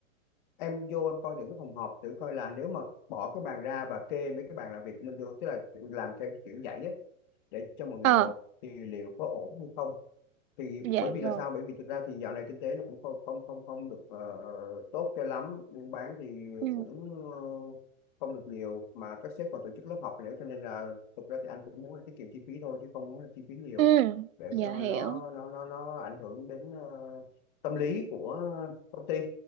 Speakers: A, on the left; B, on the right.
A: em vô em coi thử cái phòng họp thử coi là nếu mà bỏ cái bàn ra và kê mấy cái bàn làm việc của mình vô tức là làm theo kiểu dãy á để cho mọi người
B: ờ
A: ngồi thì liệu có ổn hay không thì
B: dạ
A: bởi vì
B: rồi
A: là sao bởi vì thực ra thì dạo này kinh tế nó cũng không không không không được ờ, tốt cho lắm buôn bán thì
B: ừ
A: cũng ờ, không được nhiều mà các sếp còn tổ chức lớp học nữa cho nên là thực ra thì anh cũng muốn là tiết kiệm chi phí thôi chứ không muốn là chi phí nhiều
B: ừ
A: để
B: dạ
A: cho
B: hiểu
A: nó nó nó nó ảnh hưởng đến ờ, tâm lý của công ty